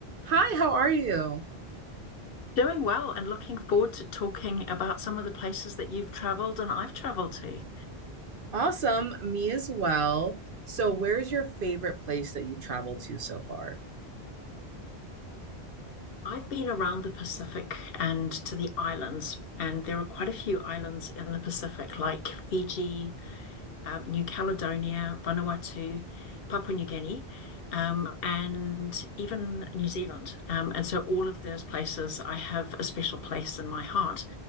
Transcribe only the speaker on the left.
Doing well and looking forward to talking about some of the places that you've traveled and I've traveled to.
I've been around the Pacific and to the islands, and there are quite a few islands in the Pacific, like Fiji, uh, New Caledonia, Vanuatu, Papua New Guinea, um, and even New Zealand. Um, and so, all of those places, I have a special place in my heart.